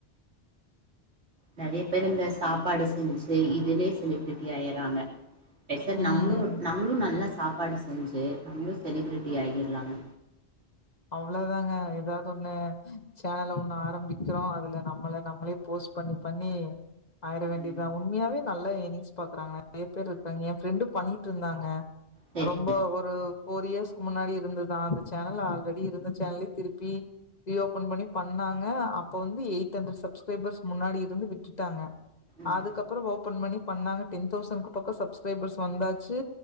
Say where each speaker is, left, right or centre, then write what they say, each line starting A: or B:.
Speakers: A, on the right (about 75°); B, on the left (about 40°).
A: நெறைய பேரு இந்த சாப்பாடு செஞ்சு இதுலயே செலிபிரிட்டி ஆயறாங்க பேசாட்டு
B: ம்
A: நம்மளும் நம்மளும் நல்லா சாப்பாடு செஞ்சு நம்மளும் செலிப்ரிட்டி ஆகிலாங்க
B: அ வ்ளோ தாங்க ஏதாவது ஒண்ணு சேனல ஒண்ணு ஆரம்பிக்கிறோம் அதுல நம்மள நம்மளே போஸ்ட் பண்ணி பண்ணி ஆயிர வேண்டியதான
A: ம்
B: உண்மையாவே நல்ல யெனிங்ஸ் பாக்குறாங்க நெறைய பேரு இருக்காங்க என் ஃபிரெண்டு பண்ணிட்டு இருந்தாங்க
A: செரி
B: ரொம்ப ஒரு ஃபோர் இயர்ஸ்க்கு முன்னாடி இருந்ததான் அந்த சேனல் ஆல்ரெடி இருந்த சேனல் திருப்பி ரீ ஓபன் பண்ணி பண்ணாங்க அப்ப வந்து எயிட் ஹன்ட்ரேட் சப்ஸ்கிரைபர்ஸ் முன்னாடி இருந்து விட்டுட்டாங்க
A: ம்
B: அதுக்கப்புறம் ஓபன் பண்ணி பண்ணாங்க டென் தௌசண்ட் பக்க சப்ஸ்கிரைபர்ஸ் வந்தாச்சு